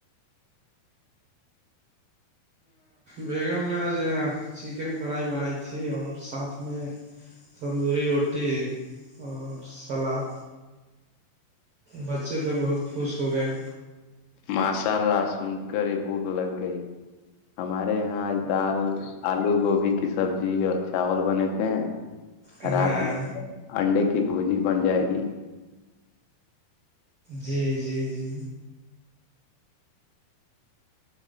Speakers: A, on the right; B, on the left.
A: بیگم نے آج چکن کڑھائی بنائی تھی اور ساتھ میں تندوری روٹی اور سلاد بچے تو بہت خوش ہو گئے
B: ماشاء اللہ سن کر ہی بھوک لگ گئی ہمارے یہاں دال آلو گوبھی کی سبزی اور چاول بنتے تھے
A: ہاں
B: رات انڈے کی بھجی بن جائے گی
A: جی جی جی